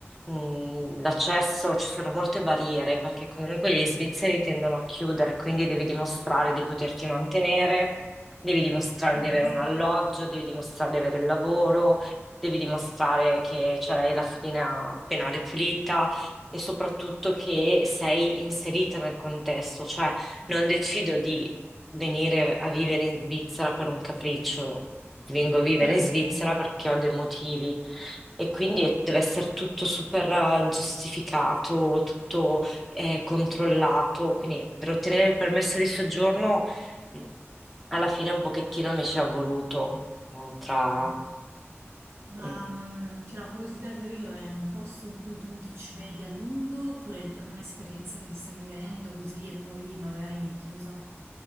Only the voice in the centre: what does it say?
mm,
l'accesso, ci sono molte barriere perché comunque gli svizzeri tendono a chiudere, quindi devi dimostrare di poterti mantenere, devi dimostrare
di avere un alloggio, devi dimostrare di avere il lavoro, devi dimostrare che ce l'hai la fedina penale pulita. E soprattutto che sei inserita nel contesto, cioè non decido di venire a vivere in Svizzera per un capriccio, vengo a vivere
in Svizzera perché ho dei motivi. E quindi è- deve essere tutto super eh, giustificato, tutto eh, controllato. Quindi per ottenere il permesso di soggiorno, mh, alla fine un pochettino mi ci è voluto eh, tra...
mm.